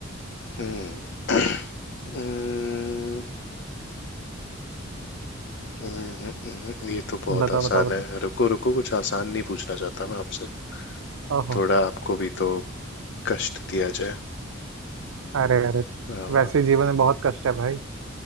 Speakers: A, on the left (about 60°); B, on the right (about 85°).
A: है हम्म <coughs> हम्म, हम्म, हम्म, ये तो बहुत
B: बताओ
A: आसान
B: बताओ बताओ
A: है रुको रुको कुछ आसान नहीं पूछना चाहता मैं आपसे
B: ओहो
A: थोड़ा आपको भी तो कष्ट दिया जाए
B: अरे अरे
A: हाँ,
B: वैसे ही जीवन में बहुत कष्ट है भाई